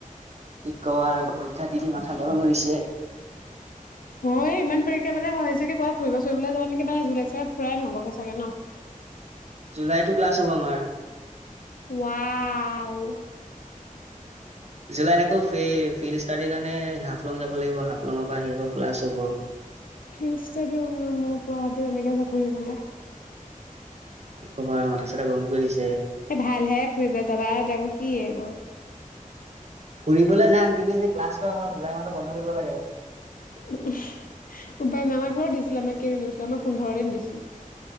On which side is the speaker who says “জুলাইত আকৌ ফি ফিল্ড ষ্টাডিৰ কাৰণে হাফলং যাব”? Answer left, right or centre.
Right